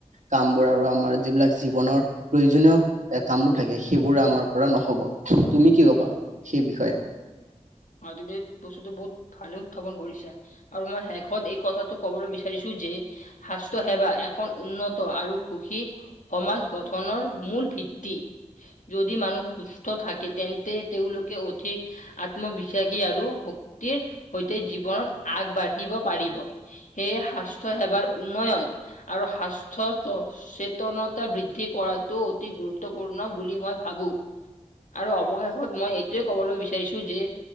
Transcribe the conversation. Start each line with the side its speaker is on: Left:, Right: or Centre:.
Right: কাম বোৰ আৰু আমাৰ যিবিলাক জীৱনৰ প্ৰয়োজনীয় এ কামবোৰ থাকে সেইবোৰ আমাৰ পৰা নহব তুমি কি কবা সেই বিষয়ে?
Left: আৰু তুমি বস্তুতটো বহুত ভালে উত্থাপন কৰিছা। আৰু মই শেষত এই কথাটো কবলৈ বিচাৰিছো যে স্বাস্থ্য সেৱা এখন উন্নত আৰু সুখী সমাজ গঠনৰ মূল ভিত্তি। যদি মানুহ সুস্থ থাকে তেন্তে তেওঁলোকে অধিক আত্মবিশ্বাসী আৰু শক্তিৰ সৈতে জীৱনত আগবাঢ়িব পাৰিব। সেয়ে স্বাস্থ্যয় সেৱাৰ উন্নয়ন আৰু স্বাস্থ্য স চেতনতা বৃদ্ধি কৰাটো অতি গুৰুত্বপূৰ্ণ বুলি মই ভাবোঁ। আৰু অৱশেষত মই এইটোৱে কবলৈ বিচাৰিছো যে